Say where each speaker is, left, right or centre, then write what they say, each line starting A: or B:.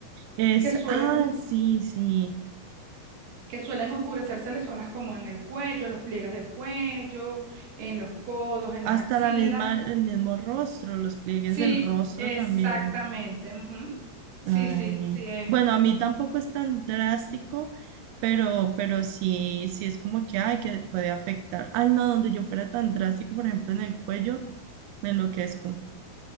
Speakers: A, on the right; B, on the right.
A: es,
B: que suelen,
A: ah, sí, sí,
B: que suelen oscurecerse las zonas como en el cuello, los pliegues del cuello, en los codos, en
A: hasta
B: las axilas.
A: la misma, el mismo rostro, los pliegues
B: Sí,
A: del rostro
B: exactamente.
A: también.
B: ujú. Sí,
A: Ay,
B: sí, sí. es
A: bueno, a mí tampoco es tan drástico, pero, pero sí, sí es como que, ay, que puede afectar. Ay, no, donde yo fuera tan drástico, por ejemplo, en el cuello, me enloquezco.